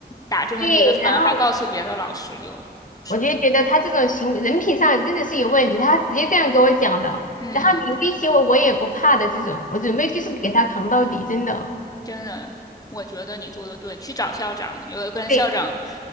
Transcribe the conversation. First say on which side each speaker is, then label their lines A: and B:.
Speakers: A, on the left; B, on the left.
A: 打这么低的分，
B: 对，然后
A: 还告诉别的老师就不是很，
B: 我就觉得他这种行为人品上真的是有问题，他直接这样跟我讲的。
A: 嗯，
B: 然后你威胁我，我也不怕的这种，我准备就是给他扛到底，真的。
A: 真的，我觉得你做的对，去找校长，我就跟校长
B: 对